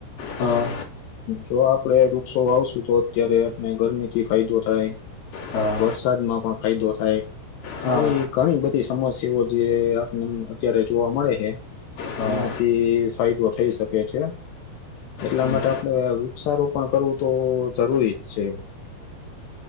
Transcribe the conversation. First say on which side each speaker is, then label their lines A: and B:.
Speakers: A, on the left; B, on the left.
A: હા
B: જો આપ પડે વૃક્ષો વાવશું તો અત્યારે આપને ગરમી થી ફાયદો થાય.
A: હા
B: વરસાદમાં પણ ફાયદો થાય.
A: હા
B: આવી ઘણી બધી સમસ્યાઓ જે આપને અત્યારે જોવા મળે છે.
A: હા
B: એમાંથી ફાયદો થઈ શકે છે. એટલા
A: હમ
B: માટે આપણે વૃક્ષારોપણ કરવું તો જરૂરીજ છે.